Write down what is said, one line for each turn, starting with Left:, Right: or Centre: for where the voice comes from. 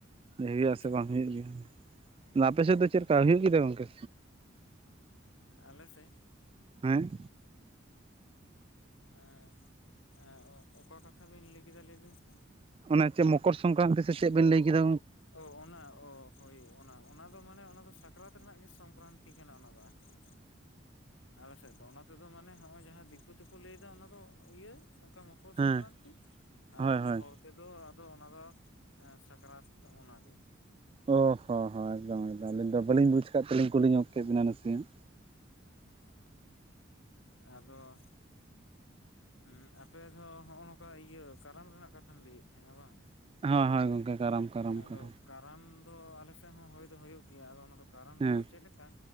Right: ᱦᱩᱭᱩᱜᱼᱟ
Left: ᱟᱪᱪᱷᱟ
Right: ᱥᱮ ᱵᱟᱝ
Left: ᱟᱪᱪᱷᱟ
Right: ᱦᱩᱭᱩᱜ ᱜᱮᱭᱟ ᱟᱯᱮ ᱥᱮᱫ ᱫᱚ ᱪᱮᱫᱮᱠᱟ
Left: ᱟᱪᱪᱷᱟ
Right: ᱦᱩᱭᱩᱜ ᱜᱮᱛ ᱜᱚᱝᱠᱮ
Left: ᱟᱞᱮ ᱥᱮᱫ
Right: ᱦᱮ
Left: ᱮᱸᱻᱮᱸᱻ ᱚᱠᱟ ᱠᱟᱛᱷᱟ ᱵᱤᱱ ᱞᱟᱹᱭ ᱠᱮᱫᱟ ᱞᱟᱹᱭ ᱵᱤᱱ ᱥᱮ
Right: ᱚᱱᱮ ᱪᱮᱫ ᱢᱚᱠᱚᱨ ᱥᱚᱝᱠᱨᱟᱱᱛᱤ ᱥᱮ ᱪᱮᱫ ᱵᱮᱱ ᱞᱟᱹᱭ ᱠᱮᱫᱟ
Left: ᱚ ᱚᱱᱟ ᱚ ᱦᱳᱭ ᱚᱱᱟ ᱚᱱᱟ ᱫᱚ ᱢᱟᱱᱮ ᱚᱱᱟ ᱫᱚ ᱥᱟᱠᱨᱟᱛ ᱨᱮᱱᱟᱜ ᱜᱮ ᱥᱚᱝᱠᱨᱟᱱᱛᱤ ᱠᱟᱱᱟ ᱚᱱᱟ ᱫᱚ ᱟᱨᱠᱤ ᱟᱞᱮ ᱥᱮᱫ ᱫᱚ ᱚᱱᱟ ᱛᱮᱫᱚ ᱢᱟᱱᱮ ᱦᱚᱸᱜᱼᱚᱭ ᱡᱟᱦᱟᱸ ᱫᱤᱠᱩ ᱛᱮᱠᱚ ᱞᱟᱹᱭᱫᱟ ᱚᱱᱟ ᱫᱚ ᱤᱭᱟᱹ ᱚᱱᱠᱟ ᱢᱚᱠᱚᱼᱼ ᱢᱚᱠᱚᱨ
Right: ᱦᱮᱸ
Left: ᱥᱚᱝᱠᱨᱟᱱᱛᱤ ᱟᱨ
Right: ᱦᱳᱭ
Left: ᱟᱵᱚ
Right: ᱦᱳᱭ
Left: ᱦᱚᱲ ᱛᱮᱫᱚ ᱟᱫᱚ ᱚᱱᱟ ᱫᱚ ᱥᱟᱠᱨᱟᱛ ᱛᱚ ᱚᱱᱟ ᱠᱮ
Right: ᱚ ᱦᱚᱸ ᱦᱚᱸ ᱮᱠᱫᱚᱢ ᱮᱠᱫᱚᱢ ᱟᱹᱞᱤᱧ ᱫᱚ ᱵᱟᱹᱞᱤᱧ ᱵᱩᱡ ᱟᱠᱟᱫ ᱛᱮᱞᱤᱧ ᱠᱩᱞᱤ ᱧᱚᱜ ᱠᱮᱫ ᱵᱤᱱᱟ ᱱᱟᱥᱮᱭᱟᱜ
Left: ᱟᱫᱚ ᱦᱚᱸ ᱟᱯᱮ ᱫᱚ ᱱᱚᱜᱼᱚᱭ ᱱᱚᱝᱠᱟ ᱤᱭᱟᱹ ᱠᱟᱨᱟᱢ ᱨᱮᱱᱟᱜ ᱠᱟᱛᱷᱟᱢ ᱞᱟᱹᱭᱮᱫ ᱛᱟᱦᱮᱸᱜᱼᱟ ᱵᱟᱝ
Right: ᱦᱳᱭ ᱦᱳᱭ ᱜᱚᱝᱠᱮ ᱠᱟᱨᱟᱢ ᱠᱟᱨᱟᱢ
Left: ᱟᱫᱚ
Right: ᱠᱟᱨᱟᱢ
Left: ᱠᱟᱨᱟᱢ ᱫᱚ ᱟᱞᱮ ᱥᱮᱫ ᱦᱚᱸ ᱦᱩᱭᱳ ᱫᱚ ᱦᱩᱭᱩᱜ ᱜᱮᱭᱟ ᱟᱫᱚ ᱚᱱᱟ ᱫᱚ ᱠᱟᱨᱟᱢ
Right: ᱦᱮᱸ
Left: ᱫᱚ ᱪᱮᱫ ᱞᱮᱠᱟ